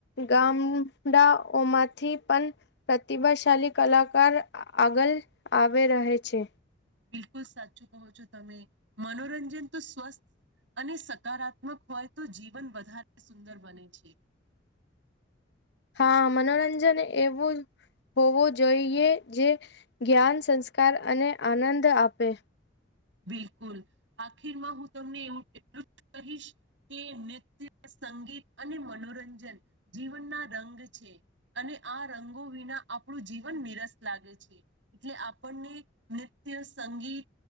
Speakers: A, on the left (about 60°); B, on the right (about 75°).
A: ગામ-ડા ઓમાંથી થી પન પ્રતિભાશાલી કલાકાર આ- આગલ આવે રહે છે.
B: બિલકુલ સાચું કહો છો તમે. મનોરંજન તો સ્વસ્થ અને સકારાત્મક હોય તો જીવન વધારે સુંદર બને છે.
A: હા મનોરંજન એવું હોવું જોઈએ જે જ્ઞાન સંસ્કાર અને આનંદ આપે.
B: બિલકુલ આખીરમાં હું તમને એવું એટલું જ કહીશ કે નત્ય સંગીત અને મનોરંજન જીવનના રંગ છે અને આ રંગો વિના આપણું જીવન નિરસ લાગે છે. એટલે આપણને નુત્ય સંગીત